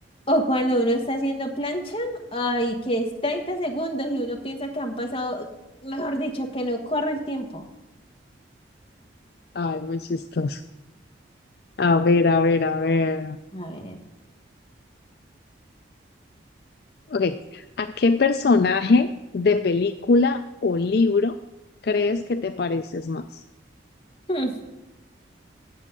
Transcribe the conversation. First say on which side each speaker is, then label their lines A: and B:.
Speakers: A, on the left (about 30°); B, on the left (about 55°).
A: o cuando uno está haciendo plancha, ay, que es 30 segundos y uno piensa que han pasado, mejor dicho, que no corre el tiempo.
B: Ay, muy chistoso. A ver, a ver, a ver.
A: A ver.
B: Ok, ¿a qué personaje de película o libro crees que te pareces más?
A: hmm,